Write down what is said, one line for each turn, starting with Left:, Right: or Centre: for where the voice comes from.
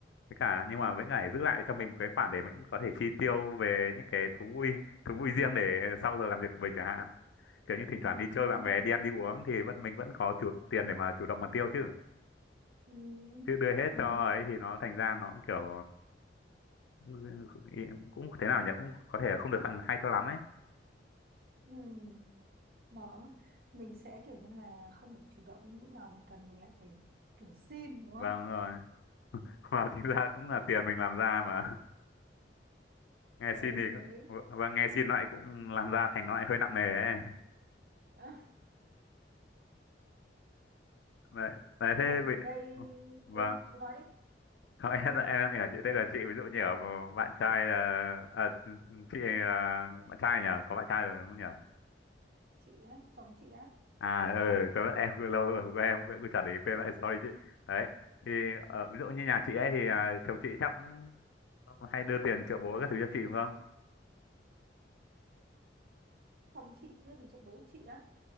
Left: với cả
Right: ừ
Left: nhưng mà với cả giữ lại cho mình một cái khoản để mình có thể chi tiêu về những cái thú vui thú vui riêng để sau giờ làm việc của mình chẳng hạn kiểu như thỉnh
Right: ừ
Left: thoảng
Right: ừ
Left: đi chơi bạn bè đi ăn đi uống thì vẫn mình vẫn có chủ tiền để mà chủ động mà tiêu chứ
Right: ừ
Left: chứ đưa hết
Right: ừ
Left: cho ấy thì nó thành ra nó cũng kiểu ừ, cũng thế nào nhỉ cũng có thể không được hay cho lắm ấy
Right: ừ đó mình sẽ kiểu như là không được chủ động lúc nào mình cần mình lại phải kiểu xin đúng không
Left: vâng rồi <laughs> mà chính ra cũng là tiền mình làm ra mà <laughs> nghe
Right: ờ
Left: xin thì
Right: thì đấy
Left: cũng và nghe xin lại cũng làm ra thành nó lại hơi nặng nề ấy
Right: <laughs>
Left: đấy, đấy thế
Right: đợt gần
Left: bị
Right: đây
Left: vâng
Right: ừ
Left: <laughs>
Right: chú nói đi
Left: Không, em em đang ở chị thế là chị ví dụ như ở bạn trai là à, chị là bạn trai nhỉ có bạn trai rồi đúng không nhỉ
Right: chị á chồng chị á
Left: À ừ, quên mất em quên lâu rồi, quên em quên, quên trả để ý quên vậy sorry chị. Đấy. Thì ờ, ví dụ như nhà chị ấy thì à, chồng chị chắc cũng hay đưa tiền triệu bố các thứ cho chị đúng không?
Right: chồng chị cái gì chuyện bố chị á